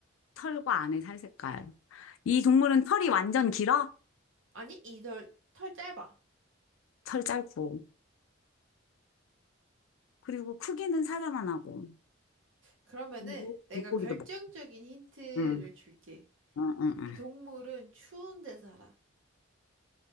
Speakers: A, on the left; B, on the right.
A: 털과 안에 살 색깔. 이 동물은 털이 완전 길어?
B: 아니, 이 털, 털 짧아.
A: 털 짧고. 그리고 크기는 사자만 하고.
B: 그러면은
A: 그리고
B: 내가
A: 물고기도
B: 결정적인
A: 먹고.
B: 힌트를
A: 응,
B: 줄게.
A: 응, 응, 응.
B: 이 동물은 추운 데 살아.